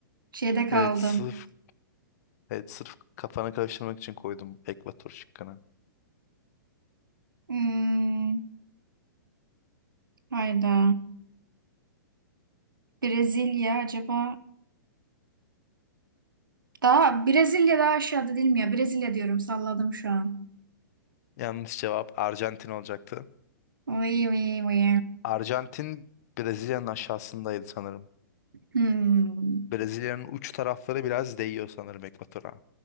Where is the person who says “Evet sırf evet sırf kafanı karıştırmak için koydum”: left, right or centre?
Left